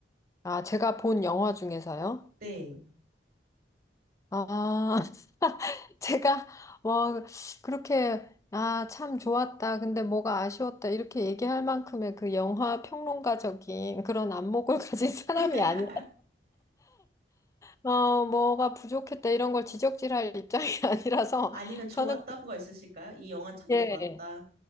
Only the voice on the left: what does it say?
아, 제가 본 영화 중에서요?
아, 제가 뭐 그렇게 아, 참 좋았다. 근데 뭐가 아쉬웠다. 이렇게 얘기할 만큼의 그 영화 평론가적인 그런 안목을 <laughs> 가진 사람이
아니라 어, 뭐가 부족했다 이런 걸 지적질할 입장이 <laughs> 아니라서
저는
그게